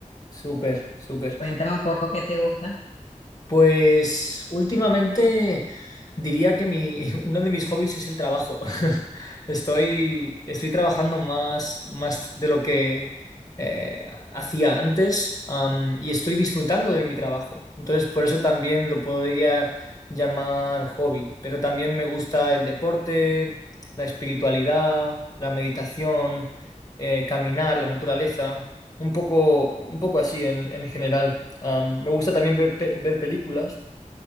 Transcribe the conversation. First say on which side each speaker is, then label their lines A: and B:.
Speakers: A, on the left; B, on the left.
A: Súper, súper.
B: Cuéntame un poco qué te gusta.
A: Pues últimamente diría que mi, <laughs> uno de mis hobbies es el trabajo. <laughs> Estoy, estoy trabajando más, más de lo que eh, hacía antes, am, y estoy disfrutando de mi trabajo. Entonces, por eso también lo podría llamar hobby. Pero también me gusta el deporte, la espiritualidad, la meditación, eh, caminar, la naturaleza, un poco, un poco así en en general. Am, me gusta también ver, pe- ver películas